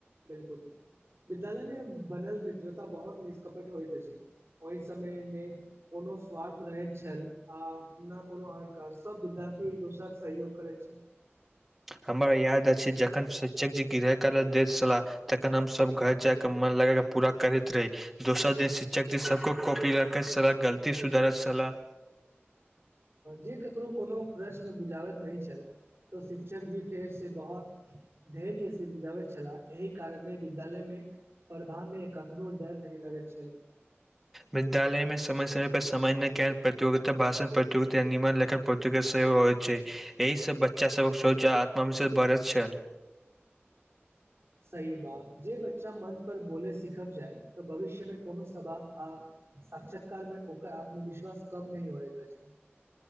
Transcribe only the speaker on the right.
बिल्कुल विद्यालय में बनल मित्रता बहुत निष्कपट होइत अछि ओहि समय ने कोनो स्वार्थ रहैत छल आ नय कोनो अहंकार सभ विद्यार्थी एक दोसराके सहयोग करैत छल
जे ककरो कोनो प्रश्न बुझाबैत नइ छल तऽ शिक्षक जी फेरसँ कहत धैर्य से बुझाबैत छलाह एहि कारणे विद्यालय में पढ़भा में कखनो डर नहि लगैत छल
सही बात जे बच्चा मंच पर बोले सिखब जाय तऽ भविष्यमें कोनो सभा आ साक्षात्कार में ओकर आत्मविश्वास कम नहि होत ऐछ छै